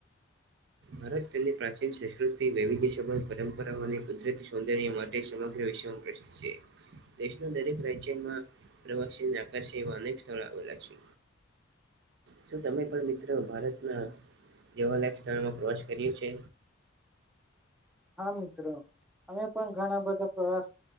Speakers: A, on the right; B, in the centre.
A: ભારત તેમની પ્રાચીન સંસ્કૃતિ વૈવિધ્ય સબંધ પરંપરાઓ અને કુદરતી સૌંદર્ય માટે સમગ્ર વિશ્વમાં <unintelligible> છે. દેશના દરેક રાજ્યમાં પ્રવાસીને આકરશૅર છે એવા અનેક સ્થળો આવેલા છે. શું તમે પણ મિત્રો ભારતના દેવાલાયક સ્થળોમાં પ્રવાસ કર્યો છે?
B: હા મિત્રો અમે પણ ઘણા બધા પ્રવાસ